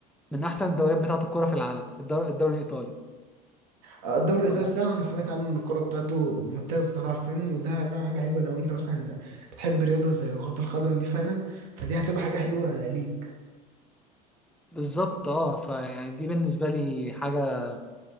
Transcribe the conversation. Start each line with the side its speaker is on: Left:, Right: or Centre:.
Centre: من أحسن الدوريات بتاعة الكرة في العالم الدور... الدوري الإيطالي
Right: آه، الدوري الايطالي
Centre: ف...
Right: الصراحه انا سمعت عنه ان الكوره بتاعته ممتازه الصراحه فاهم وده فاهم حاجه حلوه لو انت مثلا بتحب رياضه زي كره القدم دي فعلا فدي هتبقى حاجه حلوه ليك
Centre: بالظبط اه فيعني دي بالنسبة لي حاجة